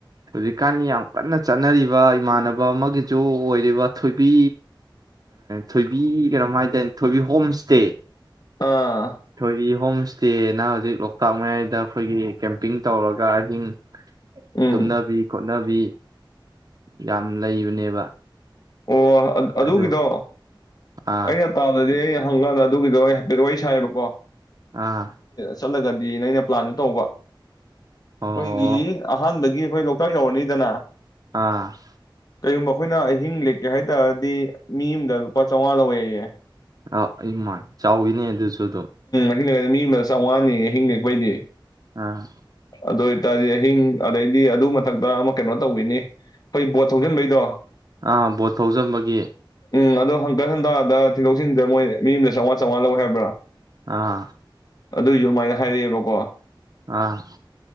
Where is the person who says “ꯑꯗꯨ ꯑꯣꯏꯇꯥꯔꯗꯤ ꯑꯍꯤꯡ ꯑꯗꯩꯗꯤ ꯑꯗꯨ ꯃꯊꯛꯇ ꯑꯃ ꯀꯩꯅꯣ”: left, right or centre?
Left